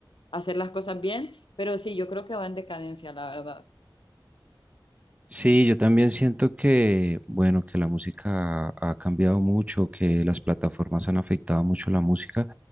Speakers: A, on the left; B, on the right.
A: hacer las cosas bien, pero sí, yo creo que va en decadencia, la verdad.
B: Sí, yo también siento que, bueno, que la música ha cambiado mucho, que las plataformas han afectado mucho la música,